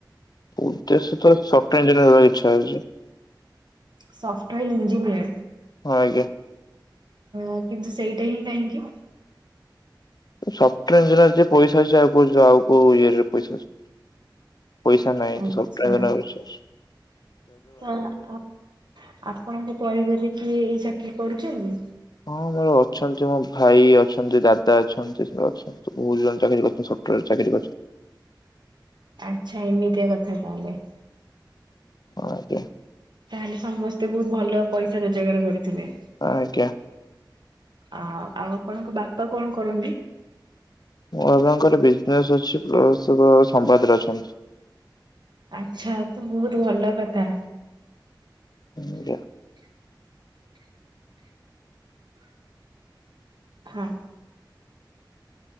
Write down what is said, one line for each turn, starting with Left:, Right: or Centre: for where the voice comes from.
Left: ଉଦ୍ଦେଶ୍ୟ ତ ସଫ୍ଟୱେୟାର ଇଂଜିନିୟର ହେବାକୁ ଇଚ୍ଛା ଅଛି।
Right: Software engineer.
Left: ହଁ ଆଜ୍ଞା।
Right: ଆ କିନ୍ତୁ ସେଇଟା ହିଁ କାହିଁକି?
Left: ସଫ୍ଟୱେୟାର ଇଞ୍ଜିନିୟରେ ପଇସା ଅଛି। ଆଉ <unintelligible> ଆଉ କୋଉ ଇଏରେ ପଇସା ଅଛି। ପଇସା ନାଇଁ
Right: ଆଚ୍ଛା
Left: ତ ସବ୍ <unintelligible>
Right: ତ ଆପ୍ ଆପଣଙ୍କ ପରିବାରରେ କିଏ ଏଇ ଚାକିରୀ କରୁଛନ୍ତି?
Left: ହଁ ମୋର ଅଛନ୍ତି ମୋ ଭାଇ ଅଛନ୍ତି ଦାଦା ଅଛନ୍ତି ସେ ଅଛନ୍ତି। ବହୁତ ଜଣ ଚାକିରି କରିଛନ୍ତି ସଫ୍ଟୱେରରେ ଚାକିରି କରିଛନ୍ତି।
Right: ଆଚ୍ଛା ଏମିତିଆ କଥା ତାହେଲେ।
Left: ହଁ ଆଜ୍ଞା।
Right: ତାହେଲେ ସମସ୍ତେ ବହୁତ ଭଲ ପଇସା ରୋଜଗାର କରୁଥିବେ?
Left: ହଁ ଆଜ୍ଞା।
Right: ଆ ଆଉ ଆପଣଙ୍କ ବାପା କଣ କରନ୍ତି?
Left: ମୋ ବାପାଙ୍କର ବିଜନେସ୍ ଅଛି ପ୍ଲସ୍ ସମ୍ବାଦରେ ଅଛନ୍ତି।
Right: ଆଚ୍ଛା ତ ବହୁତ ଭଲ କଥା।
Left: ହଁ ଆଜ୍ଞା।
Right: ହଁ।